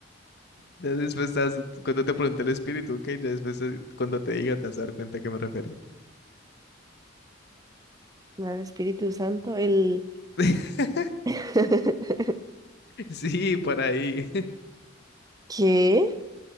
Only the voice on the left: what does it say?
Ya después estás, cuando te pregunté el espíritu, ¿qué? Ya después eh, cuando te diga te vas a dar cuenta a qué me refería.
<laughs>
Sí, por ahí.